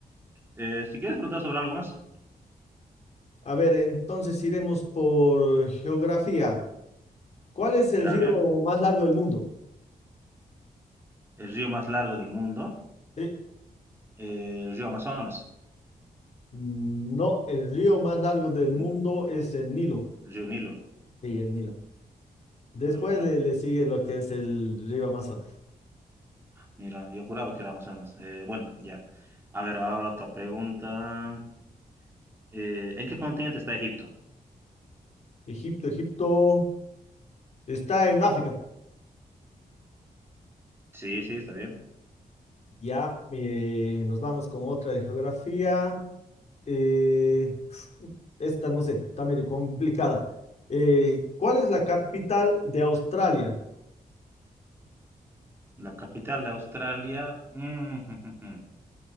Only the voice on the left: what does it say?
A ver, entonces iremos por geografía. ¿Cuál es el
río más largo del mundo?
Sí.
No, el río más largo del mundo
es el Nilo.
Sí, el Nilo. Después
le, le sigue lo que es el río Amazonas.
Egipto, Egipto está en África.
Ya, eh, nos vamos con otra de geografía. Eh, esta no sé, está medio complicada. Eh, ¿cuál es la capital de Australia?